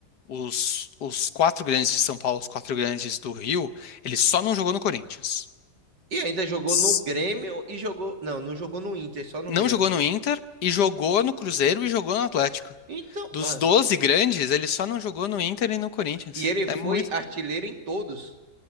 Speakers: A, on the left (about 70°); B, on the right (about 80°).
A: os, os quatro grandes de São Paulo, os quatro grandes do Rio, ele só não jogou no Corinthians.
B: E ainda jogou
A: S-
B: no Grêmio e jogou. Não, não jogou no Inter, só no
A: Não
B: Grêmio.
A: jogou no Inter e jogou no Cruzeiro e jogou no Atlético.
B: Então,
A: Dos
B: mano.
A: 12 grandes, ele só não jogou no Inter e no Corinthians.
B: E ele foi
A: É muito.
B: artilheiro em todos.